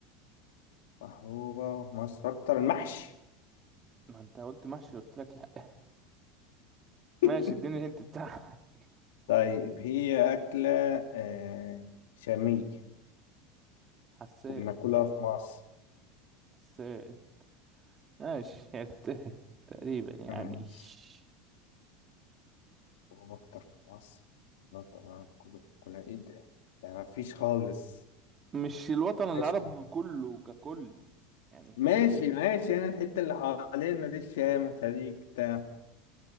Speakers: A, on the left; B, on the right.
A: محبوبة في مصر اكتر المحشي
B: ما أنت قلت محشي قلت لك لأ <laughs>
A: <laughs>
B: ماشي اديني الهنت بتاعك
A: طيب هي أكلة آه شامية
B: <laughs> حساس
A: وبناكلها في مصر
B: حساس ماشي <laughs> عرفتها تقريبا يعني
A: ماشي
B: <laughs>
A: وأكتر في مصر لا طبعا كله بناكلها إيه ده؟ يعني مفيش خالص
B: مش الوطن العربي
A: ماشي
B: كله ككل يعني في
A: ماشي
B: إيه في إيه
A: ماشي أنا الحتة اللي حوالينا دي الشام الخليج بتاع